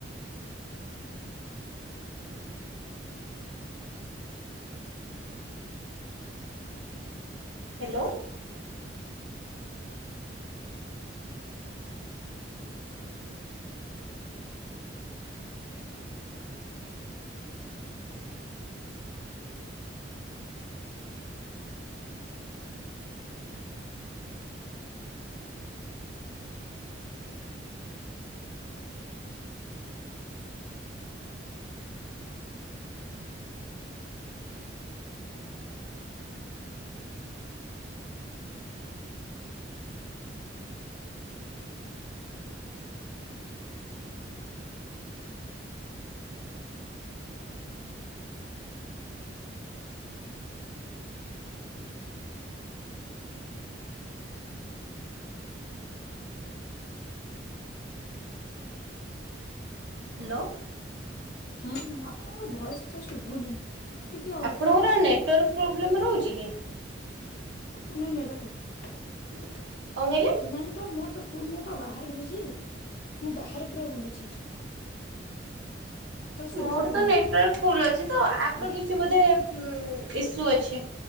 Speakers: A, on the right; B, on the left.
A: ହ୍ୟାଲୋ। ହ୍ୟାଲୋ।
B: ହଁ ଆପଣଙ୍କର ଭୟସ ଟା ଶୁଭୁନି? ଟିକେ
A: ଆପଣଙ୍କର ନେଟୱାର୍କ ପ୍ରୋବ୍ଲେମ୍ ରହୁଛି କି?
B: ମାନେ ନେକୁ <inaudible>
A: କଣ କହିଲେ?
B: ନାଇଁ ତ ମୋର ତ ଫୁଲ ମୁଁ ପା ବାହାରେ ବୁଲୁଛି ମୁଁ ବାହାରେ ପୁରା ବୁଲୁଛି। ତ ସେଥିପାଇଁ
A: ମୋର ତ ନେଟୱାର୍କ ଫୁଲ ଅଛି ତ ଆପର
B: ଆଜ୍ଞା
A: କିଛି ବୋଧେ ଇସ୍ୟୁ ଅଛି।